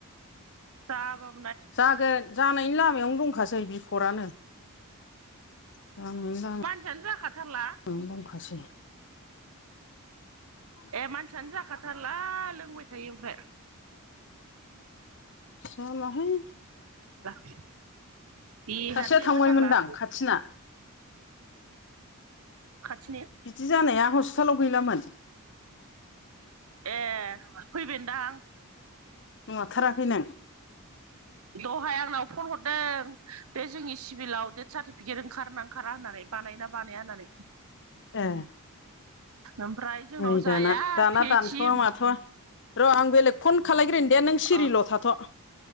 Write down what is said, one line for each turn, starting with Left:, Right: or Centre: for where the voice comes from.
Right: साब
Left: जागोन जानायनि लामायावनो दंखासै बिफदानो <unintelligible>
Right: मानसियानो जाखाथारला।
Left: नों दंखासै।
Right: ए मानसियानो जाखाथारला लोंबाय थायो ओमफ्राय?
Left: जालाहाय
Right: <unintelligible> देहानो
Left: सासेया
Right: गैखाथारला
Left: थांबायमोनदां खाथिना
Right: खाथिनि?
Left: बिदि जानाया हस्पिटालाव गैलामोन?
Right: ए फैबायनदांं।
Left: नुथाराखै नों?
Right: दहाय आंनाव फन हरदों बे जोंनि सिभिलाव डेथ सार्टिफिकेट ओंखारोना। ओंखारा होननानै बानायना बानाया होननानै।
Left: ए
Right: ओमफ्राय जोंनाव
Left: नोइ दाना
Right: जाया
Left: दाना
Right: पि
Left: दानथ'वा
Right: ओइस सि
Left: माथ'वा। र' आं बेलेग फन खालायग्रोनि दे नों सिरिल'
Right: अ
Left: थाथ'।